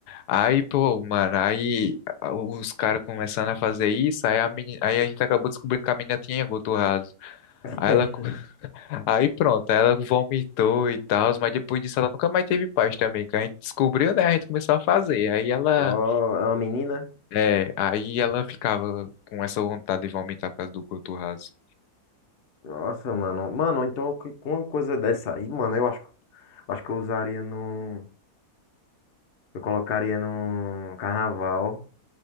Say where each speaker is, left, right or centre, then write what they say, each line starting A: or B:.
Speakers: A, on the left; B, on the left.
A: Aí, pô, mano, aí a- os caras começando a fazer isso, aí a, meni- aí a gente acabou descobrindo que a menina tinha goto raso.
B: <laughs>
A: Aí, ela, co- <laughs> aí pronto, aí ela vomitou e tal, mas depois disso ela nunca mais teve paz também, que a gente descobriu, né? A gente começou a fazer. Aí ela,
B: Ó, é uma menina?
A: é, aí ela ficava com essa vontade de vomitar por causa do goto raso.
B: Nossa, mano. Mano, então que- com uma coisa dessa aí, mano, eu acho, acho que eu usaria no. Eu colocaria no carnaval.